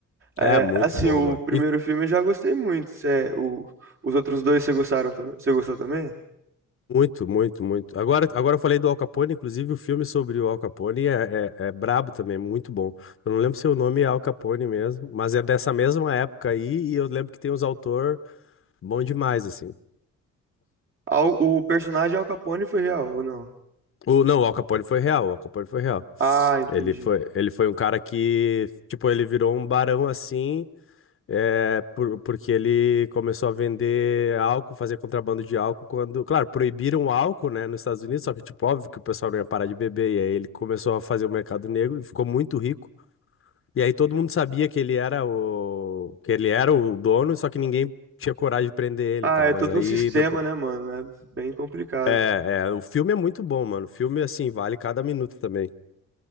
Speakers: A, on the left; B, on the right.
A: É
B: É,
A: muito
B: assim,
A: bom,
B: o
A: mano.
B: primeiro filme eu já gostei muito. Cê- o, os outros dois você gostaram também? Você gostou também?
A: Muito, muito, muito. Agora, agora eu falei do Al Capone, inclusive o filme sobre o Al Capone é, é, é brabo também, é muito bom. Eu não lembro se o nome é Al Capone mesmo, mas é dessa mesma época aí, e eu lembro que tem uns autor bom demais, assim.
B: Al- o personagem Al Capone foi real ou não?
A: O, não, o Al Capone foi real, o Al Capone foi real.
B: Ah, entendi.
A: Ele foi, ele foi um cara que, tipo, ele virou um barão assim, É por- porque ele começou a vender álcool, fazer contrabando de álcool quando, claro, proibiram o álcool, né, nos Estados Unidos, só que tipo, óbvio que o pessoal não ia parar de beber, e aí ele começou a fazer o mercado negro e ficou muito rico. E aí todo mundo sabia que ele era o que ele era o dono, só que ninguém tinha coragem de prender ele
B: Ah,
A: e tal,
B: é todo
A: mas aí
B: um sistema,
A: depois
B: né, mano? É bem complicado.
A: é, é, o filme é muito bom, mano. O filme assim vale cada minuto também.